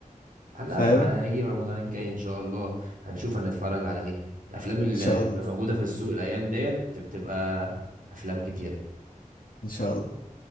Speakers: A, on the right; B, on the left.
A: آه، لا
B: فاهم
A: ما
B: ان
A: هيجي في رمضان الجاي ان شاء الله هنشوف هنتفرج على ايه الافلام اللي
B: شاء الله
A: موجوده في السوق الايام ديت بتبقى افلام كتيره
B: ان شاء الله